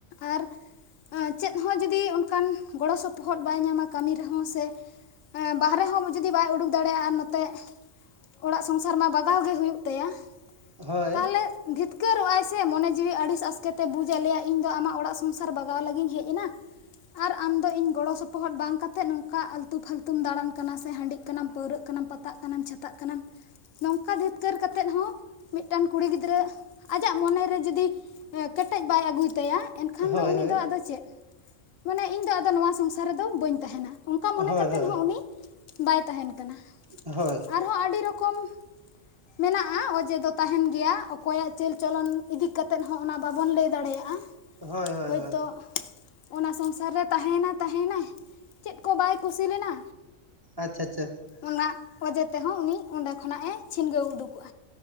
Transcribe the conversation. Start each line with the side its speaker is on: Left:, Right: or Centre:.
Left: ᱟᱨ ᱮᱸᱻ ᱪᱮᱫ ᱦᱚᱸ ᱡᱩᱫᱤ ᱚᱱᱠᱟᱱ ᱜᱚᱲᱚ ᱥᱚᱯᱚᱦᱚᱫ ᱵᱟᱭ ᱧᱟᱢᱟ ᱠᱟᱹᱢᱤ ᱨᱮᱦᱚᱸ ᱥᱮ ᱮᱸᱻ ᱵᱟᱦᱮᱨᱮ ᱦᱚᱸ ᱡᱩᱫᱤ ᱵᱟᱭ ᱩᱰᱩᱠ ᱫᱟᱲᱮᱭᱟᱜᱼᱟ ᱟᱨ ᱱᱚᱛᱮ ᱚᱲᱟᱜ ᱥᱚᱝᱥᱟᱨ ᱢᱟ ᱵᱟᱜᱟᱣ ᱜᱮ ᱦᱩᱭᱩᱜ ᱛᱟᱭᱟ
Right: ᱦᱳᱭ
Left: ᱛᱟᱞᱚᱦᱮ ᱫᱷᱤᱛᱠᱟᱹᱨᱚᱜᱼᱟᱭ ᱥᱮ ᱢᱚᱱᱮ ᱡᱤᱣᱤ ᱟᱹᱰᱤ ᱟᱥᱠᱮᱛᱮ ᱵᱩᱡ ᱞᱟᱹᱭᱟᱭ ᱤᱧ ᱫᱚ ᱟᱢᱟᱜ ᱚᱲᱟᱜ ᱥᱚᱝᱥᱟᱨ ᱵᱟᱜᱟᱣ ᱞᱟᱹᱜᱤᱧ ᱦᱮᱡ ᱮᱱᱟ ᱟᱨ ᱟᱢᱫᱚ ᱤᱧ ᱜᱚᱲᱚ ᱥᱚᱯᱚᱦᱚᱫ ᱵᱟᱝ ᱠᱟᱛᱮ ᱱᱚᱝᱠᱟ ᱟᱞᱛᱩ ᱯᱷᱟᱞᱛᱩᱢ ᱫᱟᱬᱟᱱ ᱠᱟᱱᱟ ᱥᱮ ᱦᱟᱺᱰᱤᱜ ᱠᱟᱱᱟᱢ ᱯᱟᱹᱣᱨᱟᱹᱜ ᱠᱟᱱᱟᱢ ᱯᱟᱼᱼ ᱛᱟᱜ ᱠᱟᱱᱟᱢ ᱪᱷᱟᱛᱟᱜ ᱠᱟᱱᱟᱢ ᱱᱚᱝᱠᱟ ᱫᱷᱤᱛᱠᱟᱹᱨ ᱠᱟᱛᱮᱫ ᱦᱚᱸ ᱢᱤᱫᱴᱟᱹᱝ ᱠᱩᱲᱤ ᱜᱤᱫᱽᱨᱟᱹ ᱟᱡᱟᱜ ᱢᱚᱱᱮ ᱨᱮ ᱡᱩᱫᱤ ᱮᱻ ᱠᱮᱴᱮᱡ ᱵᱟᱭ ᱟᱹᱜᱩᱭ ᱛᱟᱭᱟ ᱮᱱᱠᱷᱟᱱ
Right: ᱦᱳᱭ
Left: ᱫᱚ ᱩᱱᱤ
Right: ᱦᱳᱭ
Left: ᱫᱚ ᱟᱫᱚ ᱥᱮ ᱪᱮᱫ ᱢᱟᱱᱮ ᱤᱧ ᱫᱚ ᱟᱫᱚ ᱱᱚᱣᱟ ᱥᱚᱝᱥᱟᱨ ᱨᱮᱫᱚ ᱵᱟᱹᱧ ᱛᱟᱦᱮᱱᱟ ᱚᱱᱠᱟ ᱢᱚᱱᱮ
Right: ᱦᱳᱭ
Left: ᱠᱟᱛᱮ
Right: ᱦᱳᱭ
Left: ᱦᱚᱸ ᱩᱱᱤ ᱵᱟᱭ ᱛᱟᱦᱮᱱ ᱠᱟᱱᱟ
Right: ᱦᱳᱭ
Left: ᱟᱨᱦᱚᱸ ᱟᱹᱰᱤ ᱨᱚᱠᱚᱢ ᱢᱮᱱᱟᱜᱼᱟ ᱚᱡᱮ ᱫᱚ ᱛᱟᱦᱮᱱ ᱜᱮᱭᱟ ᱚᱠᱚᱭᱟᱜ ᱪᱮᱞ ᱪᱚᱞᱚᱱ ᱤᱫᱤ ᱠᱟᱛᱮᱫ ᱦᱚᱸ ᱚᱱᱟ ᱵᱟᱵᱚᱱ ᱞᱟᱹᱭ ᱫᱟᱲᱮᱭᱟᱜᱼᱟ
Right: ᱦᱳᱭ ᱦᱳᱭ
Left: ᱦᱳᱭᱛᱳ
Right: ᱦᱳᱭ
Left: ᱚᱱᱟ ᱥᱚᱝᱥᱟᱨ ᱨᱮ ᱛᱟᱦᱮᱱᱟᱭ ᱛᱟᱦᱮᱱᱟᱭ ᱪᱮᱫ ᱠᱚ ᱵᱟᱭ ᱠᱩᱥᱤ ᱞᱮᱱᱟ
Right: ᱟᱪᱪᱷᱟ ᱟᱪᱪᱷᱟ
Left: ᱚᱱᱟ ᱚᱡᱮ ᱛᱮᱦᱚᱸ ᱩᱱᱤ ᱚᱸᱰᱮ ᱠᱷᱚᱱᱟᱜᱼ ᱮ ᱪᱷᱤᱱᱜᱟᱹᱣ ᱩᱰᱩᱠᱚᱜᱼᱟ